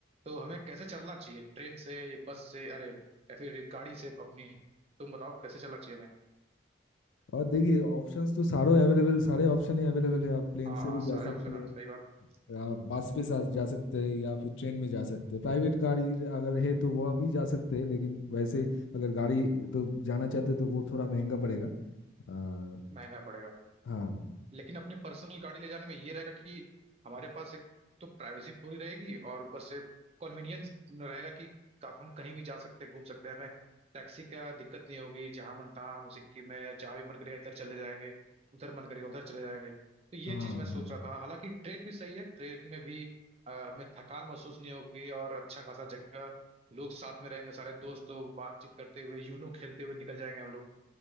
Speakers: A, on the right (about 30°); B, on the left (about 85°).
A: तो हमें कैसे चलना चाहिए ट्रेन से बस से अरे या फिर गाड़ी से अपनी तुम बताओ कैसे चलना चाहिए हमें
B: और देखिए ऑप्शंस तो सारे अवेलेबल सारे ऑप्शन ही अवेलेबल है आप प्लेन
A: हाँ
B: से
A: हाँ
B: भी
A: सारे
B: जा सकते
A: ऑप्शन
B: हैं
A: है सही बात
B: आप बस
A: हम्म
B: पे सा- जा सकते हैं या फिर ट्रेन में जा सकते हैं प्राइवेट गाड़ी अगर है तो वहाँ भी जा सकते हैं लेकिन वैसे अगर गाड़ी तो जाना चाहते हैं तो वो थोड़ा महंगा पड़ेगा आ, हाँ
A: महंगा पड़ेगा
B: हाँ
A: लेकिन अपनी पर्सनल गाड़ी ले जाने में ये रहेगा कि हमारे पास एक तो प्राइवेसी पूरी रहेगी और ऊपर से कन्वीनियंस रहेगा कि आप हम कहीं भी जा सकते हैं घूम सकते हैं हमें टैक्सी का दिक्कत नहीं होगी जहां मन तहाँ हम सिक्किम में जहां भी मन करेगा इधर चले जाएंगे उधर मन करेगा उधर चले जाएंगे तो ये
B: हाँ हाँ।
A: चीज मैं सोच रहा था हालांकि ट्रेन भी सही है ट्रेन में भी अ, हमें थकान महसूस नहीं होगी और अच्छा खासा जगह लोग साथ में रहेंगे सारे दोस्त तो बातचीत करते हुए यूनो खेलते हुए निकल जाएंगे हम लोग